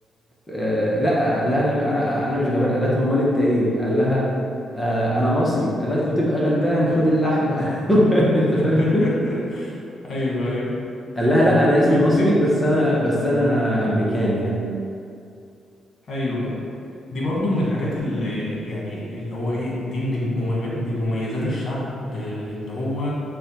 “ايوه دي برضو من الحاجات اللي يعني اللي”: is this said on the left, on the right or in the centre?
Left